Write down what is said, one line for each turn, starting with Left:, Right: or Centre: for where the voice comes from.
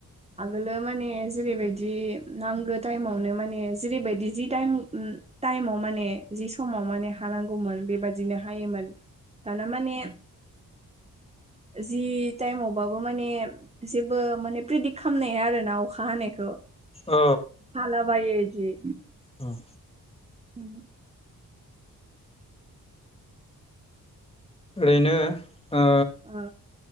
Right: आगोलो माने जेरैबायदि नांगो टाइमावनो माने जेरैबायदि जि टाइम टाइमाव माने जि समाव माने हानांगौमोन बेबादिनो हायोमोन। दाना माने जि टाइमावबाबो माने जेबो माने प्रेदिक खालामनाया आरोना अ अखा हानायखौ
Left: औ
Right: हालाबायो इदि।
Left: उम
Right: उम
Left: ओरैनो ओ
Right: ओ